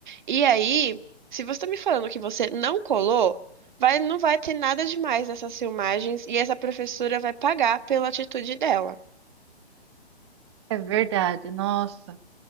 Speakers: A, on the right; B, on the right.
A: E aí, se você tá me falando que você não colou, vai, não vai ter nada demais nessas filmagens e essa professora vai pagar pela atitude dela.
B: É verdade, nossa.